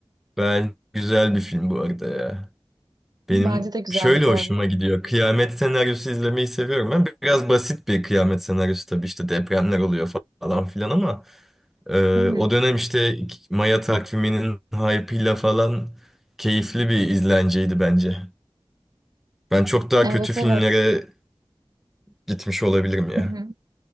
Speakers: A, in the centre; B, on the right.
A: Ben güzel bir film bu arada ya.
B: Bence
A: Benim
B: de güzeldi
A: şöyle
B: bu
A: hoşuma
B: arada.
A: gidiyor. Kıyamet senaryosu izlemeyi seviyorum. Ben biraz basit bir kıyamet senaryosu tabii işte depremler oluyor falan filan ama Ee,
B: Hı hı.
A: o dönem işte Maya takviminin hype'ıyla falan keyifli bir izlenceydi bence. Ben çok daha
B: Evet
A: kötü filmlere
B: evet.
A: gitmiş olabilirim ya.
B: Hı hı.